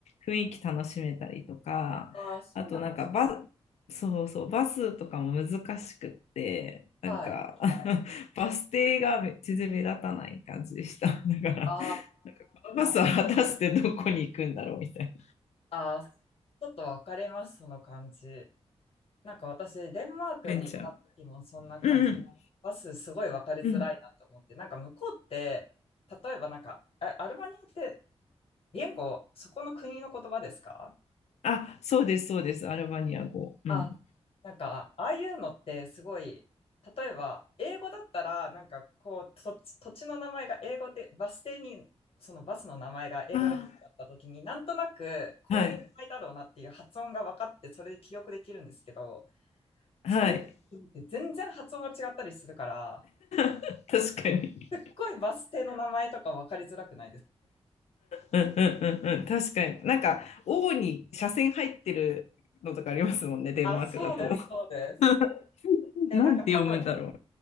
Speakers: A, on the left; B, on the left.
A: 雰囲気楽しめたりとか、
B: あー、そうなんです。
A: あとなんかバ、そうそう、バスとかも難しくって、なんか
B: はい。
A: <laughs> バス停がめ全然目立たない感じでした。<laughs> だから、
B: あ
A: なんかこのバスは果たしてどこに行くんだろうみたいな。
B: ーあー、ちょっと分かれます、その感じ。なんか私、デンマークに行った時もそんな感じ。
A: ベンチャー。うん
B: バスすごい分かりづらいなと思って、
A: うん。うん。
B: なんか向こうって、例えばなんか、あアルバニアって言語、そこの国の言葉ですか
A: あ、そうです、そうです。アルバニア語。うん。
B: あ、なんか、ああいうのってすごい、例えば、英語だったら、なんかこう、土地、土地の名前が英語で、バス停に、そのバスの名前が英語で書いてあった時に、
A: あ、
B: なんとなく、こういう名前だろうなっていう発音が分かって、
A: はい。
B: それで記憶できるんですけど、
A: はい。
B: それって全然発音が違ったりするから、
A: <laughs> 確かに。
B: すっごいバス停の名前とか分かりづらくないですか
A: うんうんうんうん。確かに。なんか、王に斜線入ってるのとかありますもんね、デンマークだと
B: あ、そうです、
A: <laughs>。
B: そうです。え、
A: なんて読むんだろ
B: なんか多分、